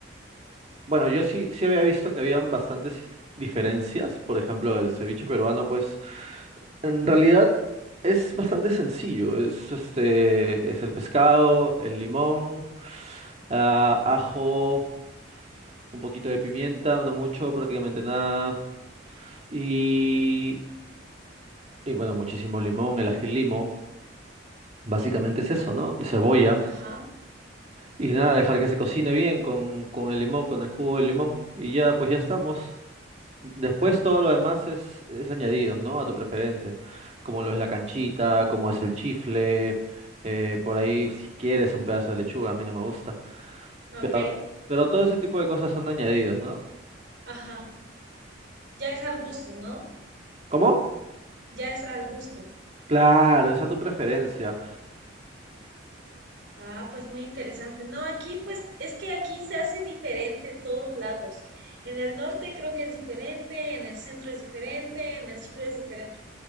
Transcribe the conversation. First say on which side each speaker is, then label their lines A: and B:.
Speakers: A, on the right; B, on the right.
A: Bueno, yo sí, sí había visto que habían bastantes diferencias. Por ejemplo, el ceviche peruano, pues en realidad es bastante sencillo. Es este, es el pescado, el limón, ah, ajo, un poquito de pimienta, no mucho, prácticamente nada. Y, y bueno, muchísimo limón, el ají limo. Básicamente es eso, ¿no? Y cebolla.
B: Ajá,
A: Y nada, dejar que se cocine bien con, con el limón, con el jugo del limón. Y ya, pues ya estamos. Después todo lo demás es, es añadidos, ¿no? A tu preferencia. Como lo es la canchita, como es el chifle, eh, por ahí si quieres un pedazo de lechuga, a mí no me gusta.
B: ok,
A: Pero, pero todo ese tipo de cosas son añadidos, ¿no?
B: ajá. Ya es al gusto, ¿no?
A: ¿Cómo?
B: Ya es al gusto.
A: Claro, es a tu preferencia,
B: Ah, pues muy interesante. No, aquí pues es que aquí se hace diferente en todos lados. En el norte creo que es diferente, en el centro es diferente, en el sur es diferente.